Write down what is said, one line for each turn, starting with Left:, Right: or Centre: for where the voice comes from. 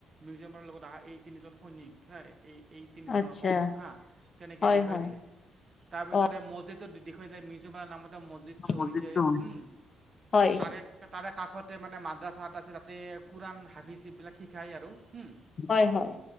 Right: মিউজিয়ামৰ লগত অহা এই তিনিজন সৈনিক হা, এই এই তিনিজনৰ
Left: আচ্ছা
Right: কবৰ হা তেনেকে
Left: হয়
Right: দেখুৱাই
Left: হয়
Right: দিলে। তাৰ পিছত
Left: অ
Right: এই মছজিদটো দেখুৱাই দিলে মিজমৰ নামতে মছজিদটো
Left: মন্দিৰটো
Right: হৈছে, হম।
Left: হয়
Right: তাৰে, তাৰে কাষতে মানে মাদ্ৰাছাত আছিল তাতে কোৰান, হাবিচ এইবিলাক শিকাই আৰু, হম।
Left: হয় হয়